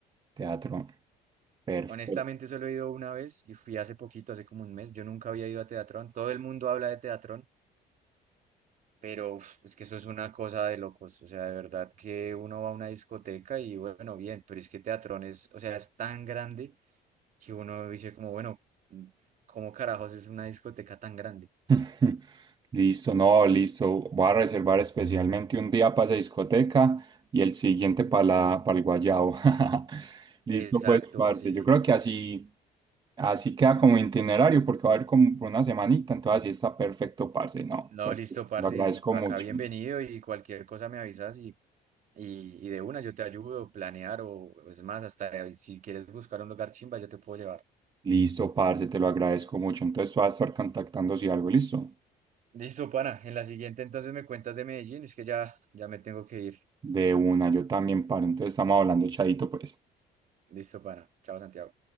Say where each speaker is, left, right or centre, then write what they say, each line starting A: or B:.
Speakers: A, on the right (about 25°); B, on the right (about 50°).
A: Teatro. Perfecto.
B: Honestamente, solo he ido una vez y fui hace poquito, hace como un mes. Yo nunca había ido a Teatrón. Todo el mundo habla de Teatrón, pero uf, es que eso es una cosa de locos. O sea, de verdad que uno va a una discoteca y bueno, bien, pero es que Teatrón es, o sea, es tan grande que uno dice como, bueno, ¿cómo carajos es una discoteca tan grande?
A: <laughs> Listo, no, listo. Voy a reservar especialmente un día para esa discoteca y el siguiente para la, para el guayabo. <laughs> Listo,
B: Exacto,
A: pues, parce.
B: sí.
A: Yo creo que así, así queda como itinerario porque va a haber como por una semanita, entonces así está perfecto, parce. No,
B: No,
A: perfecto.
B: listo, parce,
A: Lo agradezco
B: y acá
A: mucho.
B: bienvenido y cualquier cosa me avisas y, y, y de una yo te ayudo a planear o es más, hasta si quieres buscar un lugar chimba yo te puedo llevar.
A: Listo, parce, te lo agradezco mucho. Entonces, tú vas a estar contactando si algo, listo.
B: Listo, pana, en la siguiente entonces me cuentas de Medellín, es que ya, ya me tengo que ir.
A: De una, yo también, parce. Entonces, estamos hablando, chaito, pues.
B: Listo, pana. Chao, Santiago.